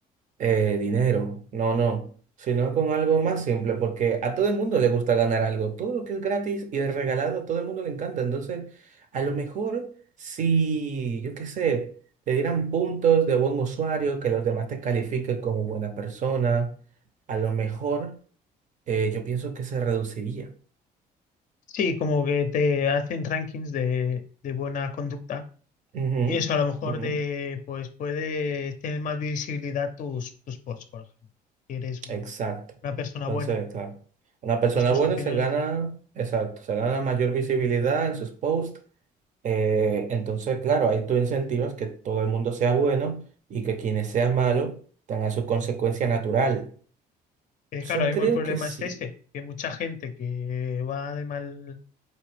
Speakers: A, on the right (about 45°); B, on the left (about 50°).
A: eh, dinero, no, no, sino con algo más simple, porque a todo el mundo le gusta ganar algo, todo lo que es gratis y es regalado, a todo el mundo le encanta, entonces a lo mejor si, yo qué sé, te dieran puntos de buen usuario, que los demás te califiquen como buena persona, a lo mejor eh, yo pienso que se reduciría.
B: Sí, como que te hacen rankings de, de buena conducta
A: Ujú,
B: Y eso a lo mejor
A: ujú,
B: de, pues puede tener más visibilidad tus, tus posts, por ejemplo. Si eres un-
A: Exacto.
B: una persona
A: Entonces,
B: buena,
A: claro, una persona
B: pues tus
A: buena
B: opiniones.
A: se gana, exacto, se gana mayor visibilidad en sus posts Eh, entonces, claro, ahí tú incentivas que todo el mundo sea bueno y que quienes sean malos tengan su consecuencia natural.
B: Eh, claro,
A: Yo
B: ahora
A: creo
B: mismo el problema
A: que sí.
B: es ese, que mucha gente que va de mal,